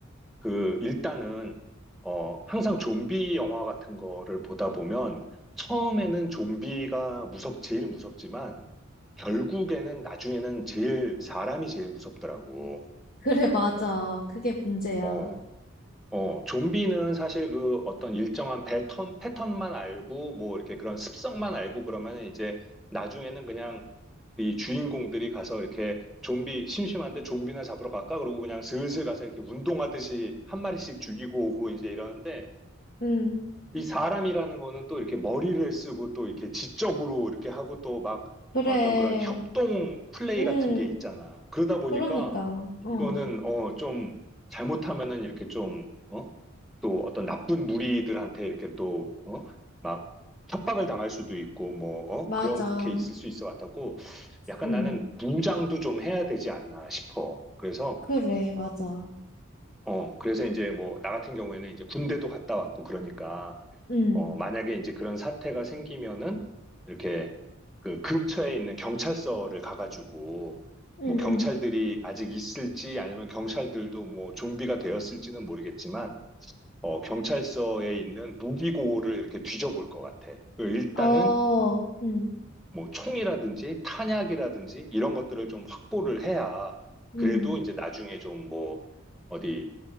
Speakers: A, in the centre; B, on the left.
A: 그 일단은 어 항상 좀비 영화 같은 거를 보다 보면 처음에는 좀비가 무섭 제일 무섭지만 결국에는 나중에는 제일 사람이 제일 무섭더라고.
B: 그래, 맞아. 그게 문제야.
A: 어. 어, 좀비는 사실 그 어떤 일정한 패턴, 패턴만 알고 뭐 이렇게 그런 습성만 알고 그러면 이제 나중에는 그냥 이 주인공들이 가서 이렇게 좀비 심심한데 좀비나 잡으러 갈까? 그러고 그냥 슬슬 가서 이렇게 운동하듯이 한 마리씩 죽이고 오고 이제 이러는데
B: 음,
A: 이 사람이라는 거는 또 이렇게 머리를 쓰고 또 이렇게 지적으로 이렇게 하고 또 막
B: 그래.
A: 어떤 그런 협동 플레이
B: 음,
A: 같은 게 있잖아. 그러다 보니까
B: 그러니까.
A: 이거는
B: 어,
A: 어, 좀 잘못하면은 이렇게 좀 어? 또 어떤 나쁜 무리들한테 이렇게 또 어? 막 협박을 당할 수도 있고 뭐 어?
B: 맞아.
A: 그렇게 있을 수 있어 같다고 약간
B: 음,
A: 나는 무장도 좀 해야 되지 않나 싶어. 그래서
B: 그래, 맞아.
A: 어, 그래서 이제 뭐 나 같은 경우에는 이제 군대도 갔다 왔고 그러니까
B: 음,
A: 어, 만약에 이제 그런 사태가 생기면은 이렇게 그 근처에 있는 경찰서를 가가지고
B: 음,
A: 뭐 경찰들이 아직 있을지 아니면 경찰들도 뭐 좀비가 되었을지는 모르겠지만 어, 경찰서에 있는 무기고를 이렇게 뒤져볼 것 같아. 그 일단은
B: 음. 어, 음,
A: 뭐 총이라든지 탄약이라든지 이런 것들을 좀 확보를 해야
B: 음.
A: 그래도 이제 나중에 좀 뭐 어디